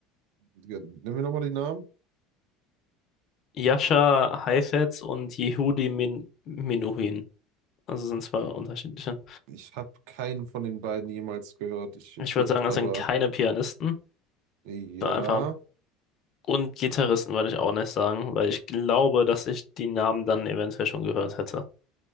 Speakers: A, on the right (about 70°); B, on the left (about 45°).
A: Ja, Nimm mir nochmal die Namen.
B: Jascha Heifetz und Yehudi Men Menuhin. Also sind zwei unterschiedliche.
A: Ich habe keinen von den beiden jemals gehört. Ich
B: Ich würde
A: würde
B: sagen, es
A: aber,
B: sind keine Pianisten,
A: ja,
B: sondern einfach. Und Gitarristen würde ich auch nicht sagen, weil ich glaube, dass ich die Namen dann eventuell schon gehört hätte.